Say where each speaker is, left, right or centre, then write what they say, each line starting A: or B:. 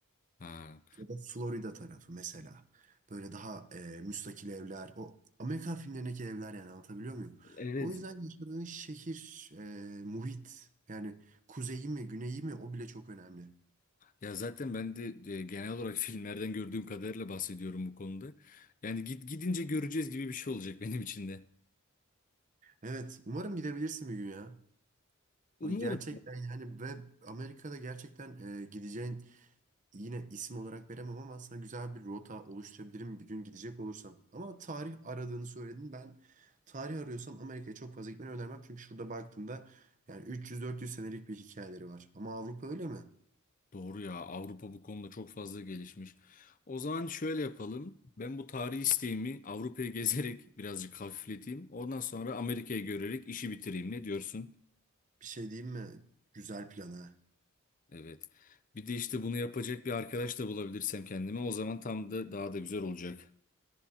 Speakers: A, on the left; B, on the right.
A: Ha.
B: Ya da Florida tarafı mesela. Böyle daha e, müstakil evler. O Amerikan filmlerindeki evler yani anlatabiliyor muyum?
A: Evet
B: O yüzden yaşadığın şehir, e, muhit yani kuzeyi mi güneyi mi o bile çok önemli.
A: Ya zaten ben de e, genel olarak <laughs> filmlerden gördüğüm kadarıyla bahsediyorum bu konuda. Yani git gidince göreceğiz gibi bir şey olacak benim için de.
B: Evet umarım gidebilirsin bir gün ya.
A: Umarım.
B: Ama Gerçekten yani ve Amerika'da gerçekten e, gideceğin yine isim olarak veremem ama sana güzel bir rota oluşturabilirim bir gün gidecek olursam. Ama tarih aradığını söyledin. Ben tarih arıyorsam Amerika'ya çok fazla gitmeni önermem. Çünkü şurada baktığımda yani 300-400 senelik bir hikayeleri var. Ama Avrupa öyle mi?
A: Doğru ya Avrupa bu konuda çok fazla gelişmiş. O zaman şöyle yapalım. Ben bu tarihi isteğimi Avrupa'yı gezerek <laughs> birazcık hafifleteyim. Ondan sonra Amerika'yı görerek işi bitireyim. Ne diyorsun?
B: Bir şey diyeyim mi? Güzel plan ha.
A: Evet. Bir de işte bunu yapacak bir arkadaş da bulabilirsem kendime o zaman tam da daha da güzel olacak.